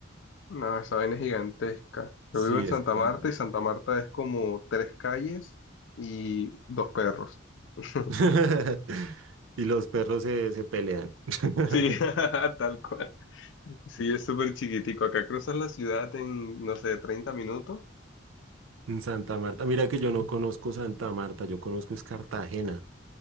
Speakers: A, on the left; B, on the right.
A: No, esa vaina es gigantesca.
B: Sí,
A: Yo vivo en Santa
B: es grande.
A: Marta y Santa Marta es como tres calles y dos perros. <laughs>
B: <laughs> Y los perros se, se pelean. <laughs>
A: Sí, <laughs> tal cual. Sí, es súper chiquitico. Acá cruzas la ciudad en, no sé, treinta minutos
B: En Santa Marta, mira que yo no conozco Santa Marta, yo conozco es Cartagena.